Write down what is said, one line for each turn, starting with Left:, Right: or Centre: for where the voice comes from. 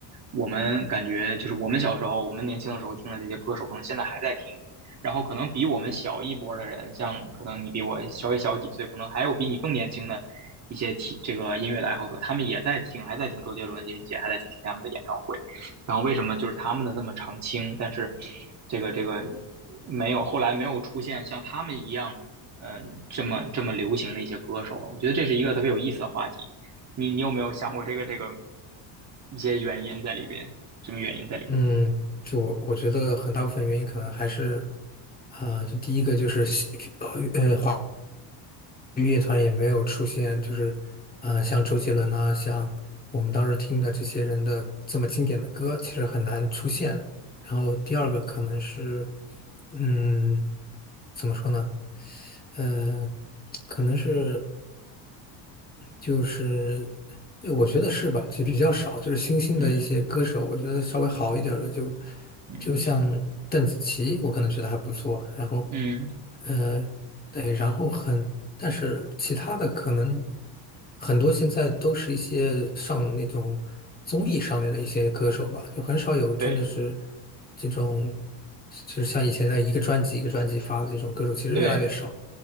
Right: 我们感觉就是我们小时候，我们年轻的时候听的这些歌手，可能现在还在听，然后可能比我们小一波的人，像可能你比我稍微小几岁，可能还有比你更年轻的一些听这个音乐的爱好者，他们也在听，还在听周杰伦、林俊杰，还在去听他们的演唱会。然后为什么就是他们的这么长青，但是这个这个。没有，后来没有出现像他们一样，嗯、这么这么流行的一些歌手。我觉得这是一个特别有意思的话题。你你有没有想过这个这个一些原因在里边？什么原因在里边？
Left: 嗯，就我我觉得很大部分原因可能还是，啊、就第一个就是西呃呃华。乐团也没有出现，就是呃，像周杰伦啊，像我们当时听的这些人的这么经典的歌，其实很难出现了。然后第二个可能是，嗯，怎么说呢？呃，可能是就是，对，我觉得是吧，就比较少，就是新兴的一些歌手，
Right: 嗯
Left: 我觉得稍微好一点儿的就，
Right: 嗯嗯
Left: 就像邓紫棋，我可能觉得还不错。然后。
Right: 嗯，
Left: 呃，对，然后很，但是其他的可能很多现在都是一些上那种综艺上面的一些歌手吧，就很少有真的是
Right: 对
Left: 这种，就是像以前的一个专辑一个专辑发的这种歌手，其实越来越少。
Right: 对，